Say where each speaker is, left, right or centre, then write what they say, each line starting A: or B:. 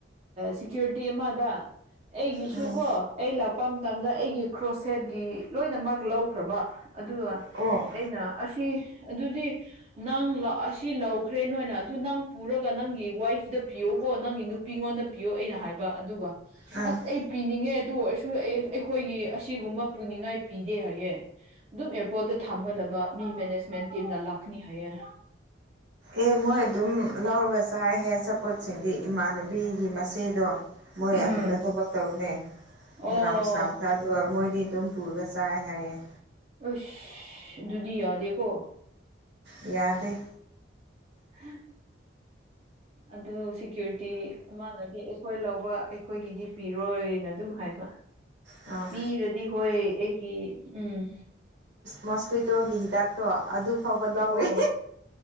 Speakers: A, on the right; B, on the right.
A: ꯁꯤꯦꯀ꯭ꯌꯨꯔꯤꯇꯤ ꯑꯃꯗ ꯑꯩꯒꯤꯁꯨꯨ
B: ꯎꯝ
A: ꯀꯣ ꯑꯩ ꯂ ꯂꯄ ꯃꯇꯝꯗ ꯑꯩꯒꯤ ꯀ꯭ꯔꯣꯁꯦꯠꯀꯤ ꯂꯣꯏꯅꯃꯛ ꯂꯧꯈ꯭ꯔꯕ ꯑꯗꯨꯒ
B: ꯑꯣ
A: ꯑꯩꯅ ꯑꯗꯨꯗꯤ ꯅꯪ ꯑꯁꯤ ꯂꯧꯈ꯭ꯔꯦ ꯅꯣꯏꯅ ꯑꯗꯨ ꯅꯪ ꯄꯨꯔꯒ ꯅꯪꯒꯤ ꯋꯥꯏꯐꯇ ꯄꯤꯌꯣꯀꯣ ꯅꯪꯒꯤ ꯅꯨꯄꯤꯉꯣꯟꯗ ꯄꯤꯌꯣ ꯑꯩꯅ ꯍꯥꯏꯕ ꯑꯗꯨꯒ
B: ꯑꯥ
A: ꯑꯁ ꯑꯩ ꯄꯤꯅꯤꯡꯉꯦ ꯑꯗꯨ ꯑꯣꯏꯔꯁꯨ ꯑꯩꯈꯣꯏꯒꯤ ꯑꯁꯤꯒꯨꯝꯕ ꯄꯨꯅꯤꯡꯉꯥꯏ ꯄꯤꯗꯦ ꯍꯥꯏꯌꯦꯦ ꯑꯗꯨꯝ ꯑꯦꯔꯄꯣꯔꯠꯇ ꯊꯝꯒꯗꯕ ꯃꯤ ꯃꯦꯅꯦꯖꯃꯦꯟ ꯇꯤꯝꯅ ꯂꯥꯛꯀꯅꯤ ꯍꯥꯏꯌꯦ
B: ꯑꯦ ꯃꯣꯏ ꯑꯗꯨꯝ ꯂꯧꯔꯒ ꯆꯥꯏꯍꯦ ꯁꯞꯄꯣꯠꯁꯤꯡꯗꯤ ꯏꯃꯥꯟꯅꯕꯤ ꯅꯨꯄꯤꯒꯤ ꯃꯆꯦꯗꯣ ꯃꯣꯏ
A: ꯎꯝ
B: ꯑꯗꯨꯗ ꯊꯕꯛ ꯇꯧꯅꯦ
A: ꯑꯣ
B: ꯒ꯭ꯔꯥꯎꯟꯁꯥꯛꯇ ꯑꯗꯨꯒ ꯃꯣꯏ ꯗꯤ ꯑꯗꯨꯝ ꯄꯨꯔꯒ ꯆꯥꯏ ꯍꯥꯏꯌꯦꯦ
A: ꯑꯁ ꯑꯗꯨꯗꯨꯗꯤ ꯌꯥꯗꯦꯀꯣ
B: ꯌꯥꯗꯦ
A: ꯎꯝ ꯑꯗꯨ ꯁꯤꯦꯀ꯭ꯌꯨꯔꯤꯇꯤ ꯃꯥꯅꯗꯤ ꯑꯩꯈꯣꯏ ꯂꯧꯕ ꯑꯩꯈꯣꯏꯒꯤꯗꯤ ꯄꯤꯔꯣꯏꯅ ꯑꯗꯨꯝ ꯍꯥꯏꯕ
B: ꯑ
A: ꯄꯤꯔꯗꯤ ꯍꯣꯏ ꯑꯩꯒꯤ ꯎꯝ
B: ꯃꯣꯁꯀ꯭ꯋꯇꯣꯒꯤ ꯍꯤꯗꯥꯛꯇꯣ ꯑꯗꯨ ꯐꯥꯎꯕ ꯂꯧꯏꯤ
A: ꯑꯣ